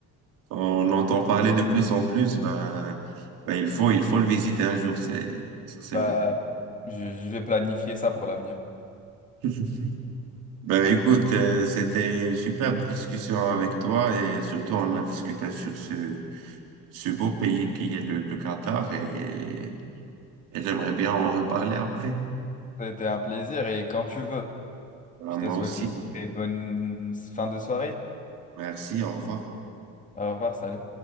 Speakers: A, on the right; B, on the left.
A: On entend parler de plus en plus, ben, ben, il faut, il faut le visiter un jour, c'est, ça, c'est
B: Bah,
A: vrai.
B: je, je vais planifier ça pour l'avenir.
A: <laughs> Ben, écoute, euh, c'était une superbe discussion avec toi et surtout on a discuté sur ce, ce beau pays qui est le, le Qatar et, et j'aimerais bien en reparler après.
B: Ça a été un plaisir et quand tu veux,
A: Ben,
B: je
A: moi
B: te souhaite
A: aussi.
B: une très bonne fin de soirée.
A: Merci, au revoir.
B: Au revoir, salut.